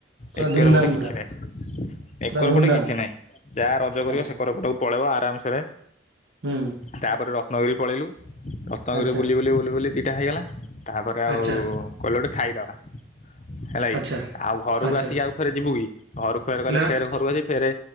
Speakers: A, on the right; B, on the left.
A: ପୁରା
B: ଏକର
A: ଧୁମଧାମ
B: ପଟେ କିଛି
A: ପୁରା
B: ନାହିଁ। ଏକର
A: ପୁରା ଧୁମଧାମ
B: ପଟେ କିଛି ନାହିଁ। ଯାହା ରଜ କରିବ
A: ଆଚ୍ଛା
B: ସେକର ପଟକୁ ପଳେଇବ ଆ ଟମ୍ ସେରେ
A: ହୁଁ
B: ତାପରେ ରଖ ନଗରୀ ପଳେଇଲୁ। ରତାଗରେ
A: ଆଚ୍ଛା
B: ବୁଲି ବୁଲି ବୁଲି ବୁଲି ଦିଇଟା ହେଇଗଲା। ତାପରେ ଆଉ
A: ଆଚ୍ଛା
B: କହିଲୁ ଗୋଟେ ଖାଇଦେବା। ହେଲା କି।
A: ଆଚ୍ଛା
B: ଆଉ ଘରକୁ
A: ଆଚ୍ଛା
B: ଆସିକି ଆଉ ଥରେ ଯିବୁ କି? ଘରୁ କୁଆଡ଼େ ଗଲେ
A: ନା
B: ଫେରେ ଘରୁ ଅଛି ଫେରେ